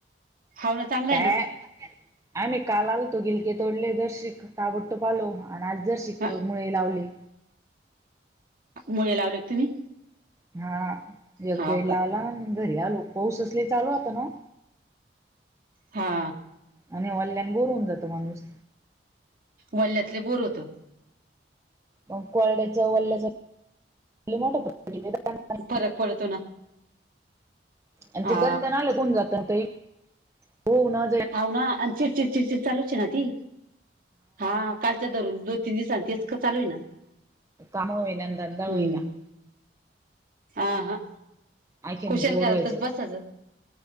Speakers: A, on the right; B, on the right.
A: हाव ना चांगल आहे
B: काय
A: ना.
B: आम्ही का आलतो गिलके तोडले जर शिक ताबडतोब आलो आणि आज जर
A: ना
B: शिकतो मुळे लावले.
A: मुले लावलेत तुम्ही.
B: हा एकदीडला
A: हाव का
B: आला आणि घरी आलो पाऊस असच लय चालू आता ना.
A: हा.
B: आणि ऑनलाईन बोर होऊन जातो माणूस.
A: वल्यातले बोर होत.
B: मग कोरड्याच वल्ल्याच मोठ <unintelligible>
A: फरक पडतो ना.
B: आणि
A: हा
B: ते गंदनाला कोण जाता ताई हो ना.
A: हाव ना आणि चिडचिड चिडचिड चालूच आहे ना ती. हा कालच्या धरून दोन तीन दिवसां तेच का चालू आहे ना.
B: काम होईना धंदा
A: हम्म
B: होईना.
A: हा हा
B: आणखीन
A: कुशल
B: बोर
A: करतच
B: व्हायचं.
A: बसाच.